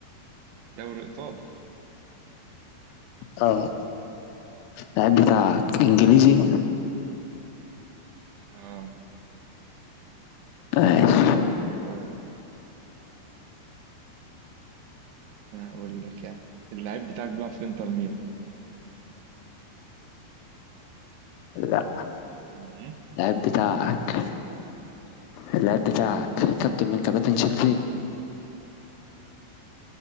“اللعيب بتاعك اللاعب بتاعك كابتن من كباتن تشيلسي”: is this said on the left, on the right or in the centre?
Left